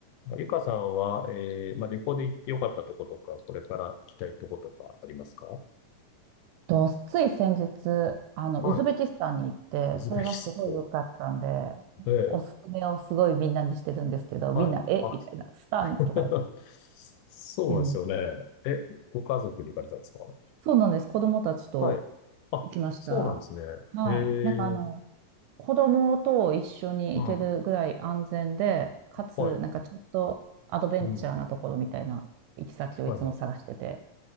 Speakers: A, on the left (about 80°); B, on the right (about 80°).
A: まあゆかさんは、えー、まあ、旅行で行ってよかったとことか、これから行きたいとことかありますか
B: と、つい先日、あの、
A: はい。
B: ウズベキスタンに行って、
A: ウズベキスタン。
B: それがすごい良かったんで、
A: ええ、
B: おすすめをすごいみんなにしてるんですけど、
A: はい。
B: みんな、えみたいな、
A: あ、
B: スタンとかやって、
A: <laughs> そうですよね。
B: でもね
A: え、ご家族で行かれたんですか
B: そうなんです。子供たちと
A: はい。あ、
B: 行きました。
A: そうなんですね。
B: はい。
A: え
B: なんかあの、
A: え、
B: 子供と一緒に行けるぐらい安全で、
A: うん。
B: かつ、
A: はい。
B: なんかちょっとアドベンチャーなところみたいな行き先をいつも探してて、
A: うん。はいはい。